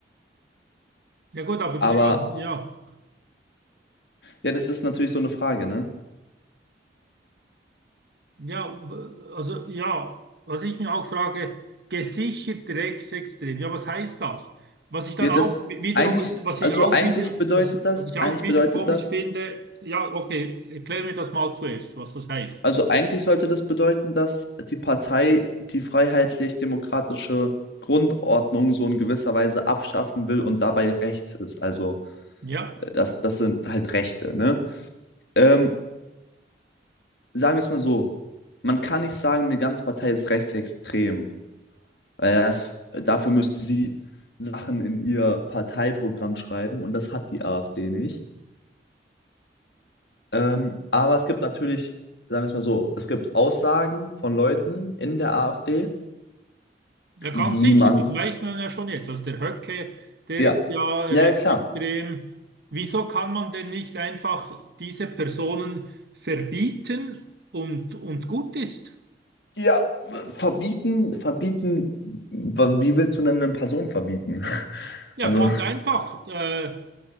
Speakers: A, on the right; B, on the left.
A: Ja gut, aber
B: Aber
A: ja, ja.
B: ja, das ist natürlich so eine Frage, ne?
A: Ja, w- also ja, was ich mir auch frage, gesichert rechtsextrem. Ja, was heißt das? Was ich dann
B: Ja,
A: auch
B: das
A: wiederum,
B: eigentlich,
A: was
B: also
A: ich auch
B: eigentlich
A: wieder,
B: bedeutet
A: was,
B: das,
A: was ich auch
B: eigentlich
A: wieder
B: bedeutet
A: komisch
B: das,
A: finde, ja, okay, erklär mir das mal zuerst, was das heißt.
B: also eigentlich sollte das bedeuten, dass die Partei die freiheitlich-demokratische Grundordnung so in gewisser Weise abschaffen will und dabei rechts ist. Also
A: Ja.
B: äh, das, das sind halt Rechte, ne? Ähm, sagen wir es mal so, man kann nicht sagen, eine ganze Partei ist rechtsextrem, weil das, dafür müsste sie Sachen in ihr Parteiprogramm schreiben und das hat die AfD nicht. Ähm, aber es gibt natürlich, sagen wir es mal so, es gibt Aussagen von Leuten in der AfD,
A: Ja, ganz
B: die
A: sicher,
B: man,
A: das weiß man ja schon jetzt. Also der Höcke, der
B: ja,
A: ist ja recht
B: ja, ja, klar.
A: extrem. Wieso kann man denn nicht einfach diese Personen verbieten und, und gut ist?
B: Ja, verbieten, verbieten, wa- wie willst du denn eine Person verbieten? <laughs>
A: Ja,
B: Also,
A: ganz einfach. Äh,